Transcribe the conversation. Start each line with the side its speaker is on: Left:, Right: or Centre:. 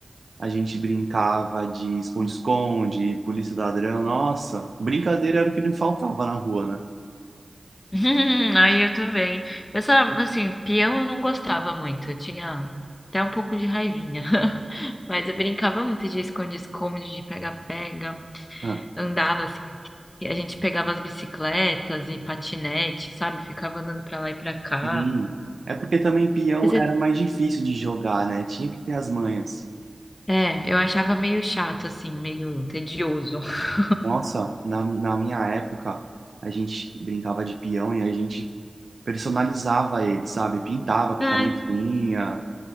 Right: A gente brincava de esconde-esconde, polícia e ladrão. Nossa, brincadeira era o que não faltava na rua, né?
Left: <laughs> Aí eu também. Eu só, assim, peão eu não gostava muito. Eu tinha até um pouco de raivinha. <laughs> Mas eu brincava muito de esconde-esconde, de pega-pega.
Right: Ah,
Left: andava assim, e a gente pegava as bicicletas e patinete, sabe? Ficava andando pra lá e pra cá.
Right: sim. É porque também peão
Left: Mas é,
Right: era mais difícil de jogar, né? Tinha que ter as manhas.
Left: é, eu achava meio chato, assim, meio tedioso. <laughs>
Right: Nossa, na, na minha época, a gente brincava de peão e a gente personalizava ele, sabe? Pintava com
Left: Ai,
Right: a canetinha.